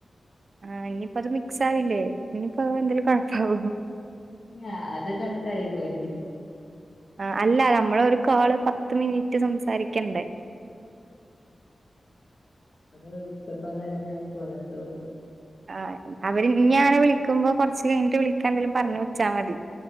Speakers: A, on the right; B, on the left.
A: ആഹ് ഇനിയിപ്പോ അത് മിക്സ് ആവില്ലേ ഇനിയിപ്പ എന്തേങ്കിലും കുഴപ്പകോ
B: ആഹ് അത് കട്ട ആയി പോയിന്
A: ആ അല്ല നമ്മള ഒരു കോള് പത്ത് മിനിറ്റ് സംസാരിക്കണ്ടേ
B: ആിച്ചപ്പോ അതങ്ങനെ ആയിപ്പോല സോറി
A: ആഹ് അവര് നീ അങ്ങനെ വിളിക്കുമ്പോ കുറച്ച് കഴിഞ്ഞിട്ട് വിളിക്കാ എന്തേലും പറഞ്ഞഞ് വെച്ചാൽ മതി